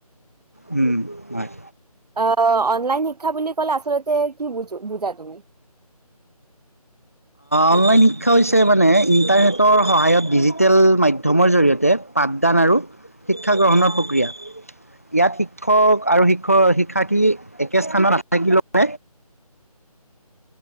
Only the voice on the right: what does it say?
অ অনলাইন শিক্ষা বুলি ক'লে আচলতে কি বুজো বুজা তুমি